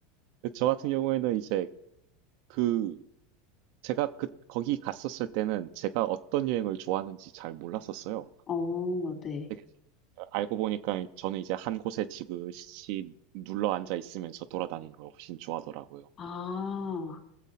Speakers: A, on the right; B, on the left.
A: 근데 저 같은 경우에는 이제 그 제가 그 거기 갔었을 때는 제가 어떤 여행을 좋아하는지 잘 몰랐었어요.
B: 어, 네.
A: 되게 알고 보니까 저는 이제 한 곳에 지그시 눌러 앉아 있으면서 돌아다니는 걸 훨씬 좋아하더라고요.
B: 아,